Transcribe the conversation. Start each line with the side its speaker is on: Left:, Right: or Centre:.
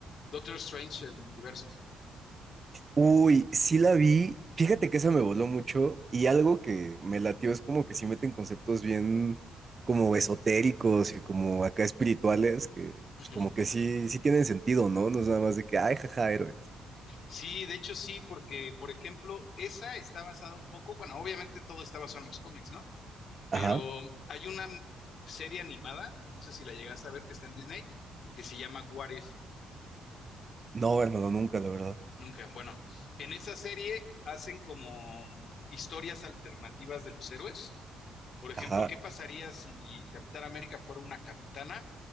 Left: Doctor Strange, el multiverso.
Right: Uy, sí la vi. Fíjate que esa me voló mucho y algo que me latió es como que sí meten conceptos bien como esotéricos y como acá espirituales que
Left: Ujú.
Right: pues como que sí, sí tienen sentido, ¿no? No es nada más de que, ay, jaja, héroes.
Left: Sí, de hecho sí, porque, por ejemplo, esa está basada un poco, bueno, obviamente todo está basado en los cómics, ¿no? Pero
Right: Ajá.
Left: hay una m- serie animada, no sé si la llegaste a ver, que está en Disney, que se llama What If.
Right: No, hermano, nunca, la verdad.
Left: Nunca. Bueno, en esa serie hacen como mm, historias alternativas de los héroes. Por ejemplo,
Right: Ajá.
Left: ¿qué pasaría si Capitán América fuera una capitana